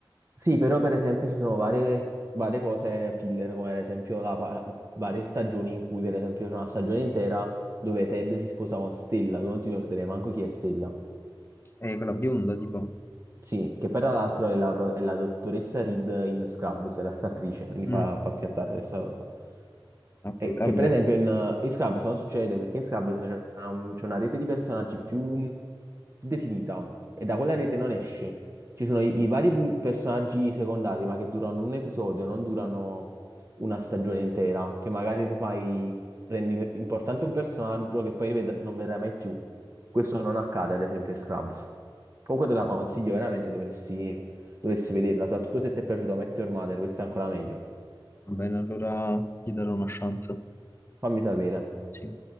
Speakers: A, on the right; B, on the left.
A: Sì, però per esempio ci sono varie, varie cose filler, come ad esempio la pa- varie stagioni in cui per esempio c'è una stagione intera dove Ted si sposa con Stella, tu non ti ricorderai manco chi è Stella.
B: Eh, quella bionda, tipo.
A: Sì, che tra l'altro è la, pro- è la dottoressa Reed in Scrubs, è la stessa attrice, quindi
B: Mm.
A: fa, fa schiattare questa cosa.
B: Ho capito,
A: E che
B: vabbè.
A: per esempio in, eh, in Scrubs non succede perché in Scrubs c'è una, c'è una rete di personaggi più, più definita e da quella rete non esci. Ci sono i, i vari pun- personaggi secondari ma che durano un episodio, non durano una stagione intera, che magari tu fai, rendi pe- importante un personaggio che poi ved- non vedrai mai più. Questo non accade ad esempio in Scrubs. Comunque te la consiglio, veramente dovresti, dovresti vederla, soprattutto se ti è piaciuto Met Your Mother, questo è ancora meglio.
B: Va bene, allora gli darò una chance.
A: Fammi sapere.
B: Sì.